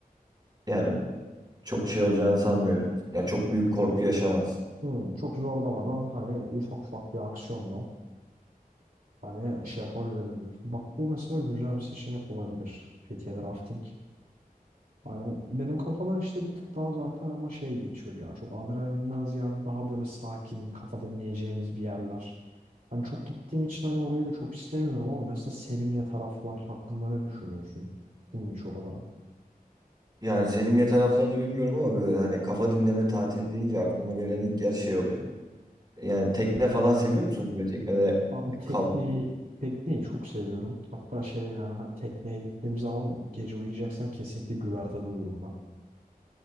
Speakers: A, on the right; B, on the right.
A: yani çok şey olacağını sanmıyorum. Yani çok büyük korku yaşamaz.
B: Hmm, çok zorlamadan hani ufak ufak bir aksiyonla hani şey yapabiliriz diyorsun. Bak bu mesela güzel bir seçenek olabilir. Fethiye'de rafting. Hani benim kafadan işte bir tık daha zaten ama şey geçiyordu ya. Çok adrenalinden ziyade daha böyle sakin, kafa dinleyeceğimiz bir yerler. Hani çok gittiğim için hani orayı da çok istemiyorum ama mesela Selimiye taraflar hakkında ne düşünüyorsun? Gittin mi hiç oralara?
A: Yani Selimiye taraflarını bilmiyorum ama böyle hani kafa dinleme tatili deyince aklıma gelen ilk yer şey oluyor. Yani tekne falan seviyor musunuz? Böyle teknede
B: Abi tekneyi
A: kalmayı.
B: tekneyi çok seviyorum. Hatta şey yani hani tekneye gittiğim zaman gece uyuyacaksam kesinlikle güvertede uyurum ben.